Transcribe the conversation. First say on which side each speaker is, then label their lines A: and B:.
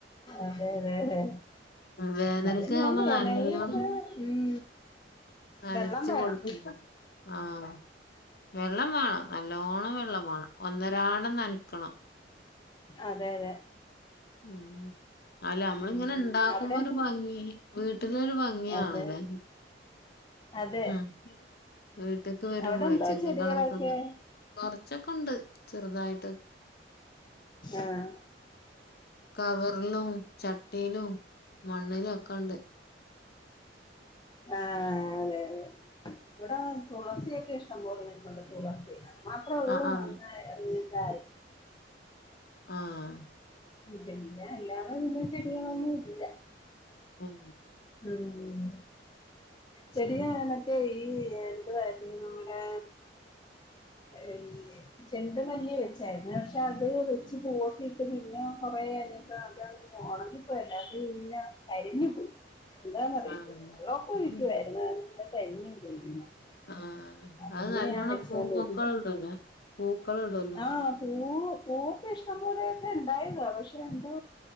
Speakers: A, on the left; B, on the left.
A: അതെ അതെതെ.
B: വേനൽക്ക്
A: എന്നാലും ഞാ
B: ആവുമ്പോ
A: വേനൽലൊക്കെ
B: നല്ലോണം
A: ഉം.
B: നനച്ച്
A: വെള്ളം വേണം.
B: കൊടുക്കണം ആഹ് വെള്ളം വേണം നല്ലോണം വെള്ളം വേണം ഒന്നരാടം ന്നൻക്കണം.
A: അതെ അതെ.
B: ഉം ഉം. അല്ല അമ്മള്ങ്ങനെ
A: ഉം
B: ണ്ടാക്കുമ്പരു
A: അവിടെന്നെ
B: ഭംഗി വീട്ട്ല് ഒരു ഭംഗിയാണ്
A: അതെ
B: ലേ.
A: അതെ
B: ഉം വീട്ട്ക്ക് വരുമ്പളേ
A: അവിടെ എന്തോ
B: ചെടികളൊക്കൊന്ന്.
A: ചെടികളൊക്കെ
B: കൊർച്ചൊക്കെണ്ട് ചെറുതായി
A: ആഹ്.
B: കവർലും ചട്ടീലും മണ്ണിലും ഒക്കണ്ട്.
A: ആഹ് അതെലേ ഇവ്ടെ തുളസിയൊക്കെ ഇഷ്ടംപോലെ നിൽപ്പുണ്ട് തുളസി മാത്രമേ ഉള്ളൂ
B: ആ ആ
A: നന്നായി ഇണ്ടായി
B: ആഹ്
A: പിന്നെ അല്ലാതെ പിന്നെ ചെടികളൊന്നും ഇല്ല
B: ഉം
A: ഉം ചെടി
B: ശരി
A: ഞാൻ മറ്റേ ഈ എന്തു വായിരുന്നു നമ്മടെ എല്ലേ ജെണ്ടുമല്ലി വെച്ചായിരുന്നു പക്ഷെ അത് വെച്ച് പൂവൊക്കിട്ട് പിന്നെ കൊറെ കഴിഞ്ഞപ്പം അത് ഒണങ്ങിപ്പോയതല്ലാത് കരിഞ്ഞു പോയി എന്താന്നറിയത്തില്ല
B: ആ ഉം
A: <unintelligible> അത് പിന്നെ കരിഞ്ഞും പോയ് പിന്നെ
B: ആഹ് അത്
A: പിന്നെ
B: നല്ലോണ്ണം
A: ഞാൻ വെച്ചോണ്ട്
B: പൂവൊക്കെ
A: നിക്കുവാ
B: ഇടുല്ലേ പൂക്കളിടൂലേ
A: ആഹ് പൂവ് പൂവൊക്കെ ഇഷ്ടം പോലെക്കെ ഇണ്ടായതാ പക്ഷെ എന്തോ